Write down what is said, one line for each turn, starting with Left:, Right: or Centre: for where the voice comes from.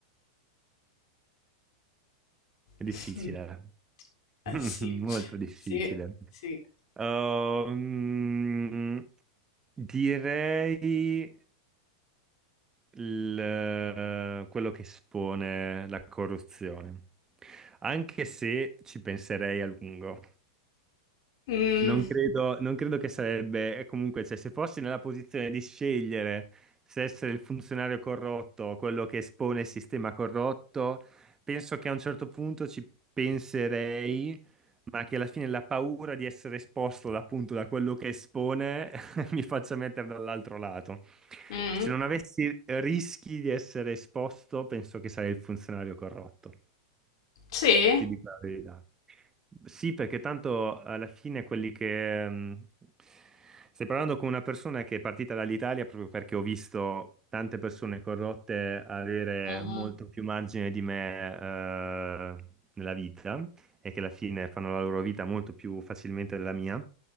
Right: È difficile,
Left: <laughs>
Right: <laughs>
Left: Eh sì,
Right: molto difficile.
Left: sì, sì.
Right: Ehm, direi. il, eh, quello che espone la corruzione. Anche se ci penserei a lungo.
Left: Mm,
Right: Non credo, non credo che sarebbe, e comunque, cioè, se fossi nella posizione di scegliere se essere il funzionario corrotto o quello che espone il sistema corrotto, penso che a un certo punto ci penserei, ma che alla fine la paura di essere esposto da- appunto da quello che espone <laughs> mi faccia mettere dall'altro lato.
Left: mm,
Right: Se non avessi eh, rischi di essere esposto, penso che sarei il funzionario corrotto.
Left: sì.
Right: Ti dico la verità. Sì, perché tanto alla fine quelli che... ehm, Stai parlando con una persona che è partita dall'Italia proprio perché ho visto tante persone corrotte avere
Left: Mhm,
Right: molto più margine di me, eh, nella vita e che alla fine fanno la loro vita molto più facilmente della mia.